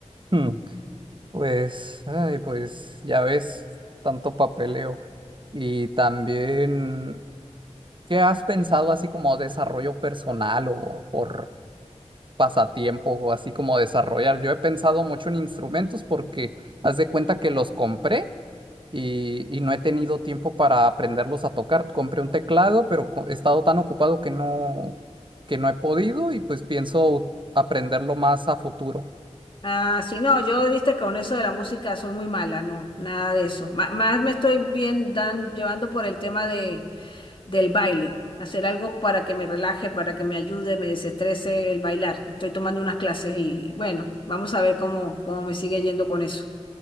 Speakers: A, on the right (about 45°); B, on the left (about 45°).
A: hmm, pues, ay, pues ya ves, tanto papeleo. Y también, ¿qué has pensado así como desarrollo personal o por pasatiempo o así como desarrollar? Yo he pensado mucho en instrumentos porque haz de cuenta que los compré y, y no he tenido tiempo para aprenderlos a tocar. Compré un teclado, pero co- he estado tan ocupado que no, que no he podido y pues pienso aprenderlo más a futuro.
B: Ah, sí, no, yo viste con eso de la música soy muy mala, no, nada de eso. Ma- más me estoy bien dan, llevando por el tema de, del baile, hacer algo para que me relaje, para que me ayude, me desestrese el bailar. Estoy tomando unas clases y bueno, vamos a ver cómo, cómo me sigue yendo con eso.